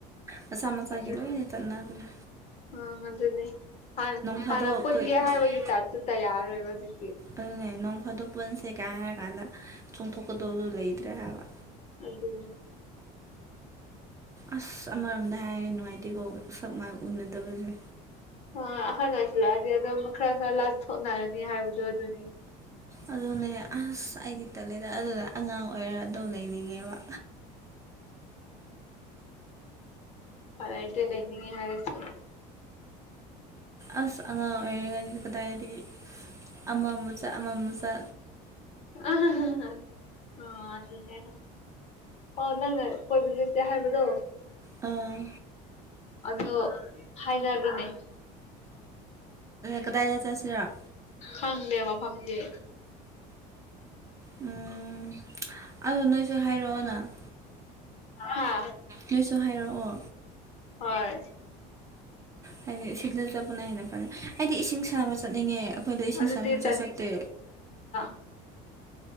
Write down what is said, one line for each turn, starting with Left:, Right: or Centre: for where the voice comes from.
Right: ꯃꯁꯥ ꯃꯁꯥꯒꯤ
Left: ꯑꯗꯨ
Right: ꯂꯣꯏꯅ ꯆꯠꯅꯒꯔꯦ
Left: ꯑꯪ ꯑꯗꯨꯅꯦ ꯍꯥꯟ
Right: ꯐꯥꯗꯣꯛ
Left: ꯍꯥꯟꯅ ꯄꯨꯟꯒꯦ
Right: ꯑꯩꯈꯣꯏ
Left: ꯍꯥꯏꯕꯒꯤ ꯇꯥꯏꯞꯇꯨꯇ ꯌꯥꯔꯔꯣꯏꯕ ꯍꯧꯖꯤꯛꯇꯤ꯫
Right: ꯑꯗꯨꯅꯦ ꯅꯣꯡ ꯐꯥꯗꯣꯛ ꯄꯨꯟꯁꯦ ꯀꯥꯏ ꯍꯥꯏꯔ ꯀꯥꯟꯗ ꯆꯣꯡꯊꯣꯛꯀꯗꯕꯗꯨ ꯂꯩꯇ꯭ꯔꯦ ꯍꯥꯏꯕ꯫
Left: ꯑꯗꯨꯨꯅꯦ
Right: ꯑꯁ ꯑꯃꯔꯣꯝꯗ ꯍꯥꯏꯔꯦ ꯅꯨꯡꯉꯥꯏꯇꯦꯀꯣ ꯁꯛ ꯃꯥꯏ ꯎꯅꯗꯕꯁꯦ
Left: ꯍꯥ ꯑꯍꯥꯜ ꯑꯣꯢꯁꯤꯜꯂꯛꯑꯗꯤ ꯑꯗꯨꯝ ꯈꯔ ꯈꯔ ꯂꯥꯊꯣꯛꯅꯔꯅꯤ ꯍꯥꯏꯕꯗꯣ ꯑꯗꯨꯅꯤ
Right: ꯑꯗꯨꯅꯦ ꯑꯁ ꯑꯩꯗꯤ ꯇꯠꯂꯦꯗ ꯑꯗꯨꯗ ꯑꯉꯥꯡ ꯑꯣꯏꯔꯒ ꯑꯗꯨꯝ ꯂꯩꯅꯤꯡꯉꯦꯕ
Left: ꯂꯩꯅꯤꯡꯉꯦ ꯍꯥꯢꯔꯁꯨ
Right: ꯑꯁ ꯑꯉꯥꯡ ꯑꯣꯏꯉꯩꯗꯗꯤ ꯀꯗꯥꯢꯗꯒꯤ ꯑꯃ ꯑꯃꯨꯝ ꯆꯥ ꯑꯃ ꯑꯃꯨꯝ ꯆꯥ
Left: ꯍꯣꯢ ꯑꯗꯨꯅꯦ ꯑꯣ ꯅꯪꯅ ꯀꯣꯏꯕ ꯆꯠꯁꯦ ꯍꯥꯏꯕꯗꯣ
Right: ꯑꯥ
Left: ꯑꯗꯣ ꯐꯥꯏꯗꯗꯨꯅꯦ
Right: ꯀꯗꯥꯢꯗ ꯆꯠꯁꯤꯂ
Left: ꯈꯪꯗꯦ ꯃꯐꯝꯗꯤ
Right: ꯎꯝ ꯑꯗꯣ ꯅꯣꯏꯁꯨ ꯍꯥꯏꯔꯛꯑꯣꯅ
Left: ꯍꯥ
Right: ꯅꯣꯏꯁꯨ ꯍꯥꯏꯔꯛꯑꯣ
Left: ꯍꯣꯏ
Right: ꯍꯥꯏꯗꯤ ꯁꯤꯗ ꯆꯄ ꯀꯅ ꯍꯦꯟꯅ ꯐꯅꯤ ꯑꯩꯗꯤ ꯏꯁꯤꯡ ꯁꯥꯕ ꯆꯠꯅꯤꯡꯉꯦ ꯑꯩꯈꯣꯏꯗ ꯏꯁꯤꯡꯕ
Left: ꯑꯗꯨꯗꯤ
Right: ꯁꯨꯡ
Left: ꯆꯟ
Right: ꯆꯠ ꯆꯠꯇꯦ
Left: <unintelligible>